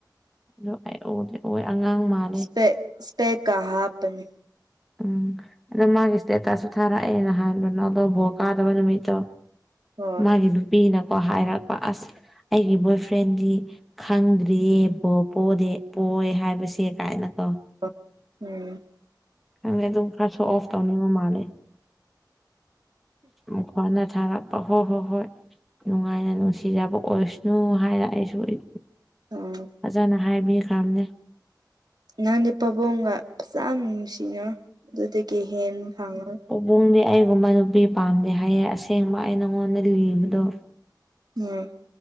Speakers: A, in the centre; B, on the right.
A: ꯑꯗꯨ ꯑꯩ <unintelligible> ꯑꯣꯏ ꯑꯉꯥꯡ ꯃꯥꯜꯂꯦ
B: ꯁ꯭ꯄꯦꯛ ꯁ꯭ꯄꯦꯛ ꯀ ꯍꯥꯞꯄꯅꯤ
A: ꯎꯝ ꯑꯗꯣ ꯃꯥꯒꯤ ꯏꯁꯇꯦꯇꯁꯁꯨ ꯊꯥꯔꯛꯑꯦ ꯅꯍꯥꯟ ꯅꯣ ꯀꯩꯅꯣꯗꯣ ꯕꯣꯜ ꯀꯥꯗꯕ ꯅꯨꯃꯤꯠꯇꯣ
B: ꯍꯣꯏ
A: ꯃꯥꯒꯤ ꯅꯨꯄꯤꯅꯀꯣ ꯍꯥꯏꯔꯛꯄ ꯑꯁ ꯑꯩꯒꯤ ꯕꯣꯏ ꯐ꯭ꯔꯦꯟꯗꯤ ꯈꯪꯗ꯭ꯔꯤꯌꯦ ꯕꯣꯜ ꯄꯣꯗꯦ ꯄꯣꯢ ꯍꯥꯏꯕꯁꯦ ꯀꯥꯏꯅꯀꯣ
B: ꯑꯥ ꯎꯝ
A: ꯈꯪꯗꯦ ꯑꯗꯨꯝ ꯈꯔ ꯁꯣ ꯑꯣꯐ ꯇꯧꯅꯤꯡꯕ ꯃꯥꯜꯂꯦ ꯃꯈꯣꯟꯅ ꯊꯥꯔꯛ ꯑ ꯍꯣ ꯍꯣ ꯍꯣꯏ ꯅꯨꯡꯉꯥꯏꯅ ꯅꯨꯡꯁꯤꯖꯕ ꯑꯣꯏꯁꯅꯨ ꯍꯥꯏꯔ ꯑꯩꯁꯨ ꯑꯌꯨꯛ
B: ꯑꯣ
A: ꯐꯖꯅ ꯍꯥꯏꯕꯤ ꯈ꯭ꯔꯝꯅꯦ
B: ꯅꯪꯗꯤ ꯄꯥꯕꯨꯡꯒ ꯐꯖꯅ ꯅꯨꯡꯁꯤꯅꯧ ꯑꯗꯨꯗꯒꯤ ꯍꯦꯟ ꯐꯪꯉꯣ
A: ꯄꯕꯨꯡꯗꯤ ꯑꯩꯒꯨꯝꯕ ꯅꯨꯄꯤ ꯄꯥꯝꯗꯦ ꯍꯥꯏꯌꯦ ꯑꯁꯦꯡꯕ ꯑꯩ ꯅꯪꯉꯣꯟꯗ ꯂꯤꯕꯗꯣ
B: ꯎꯝ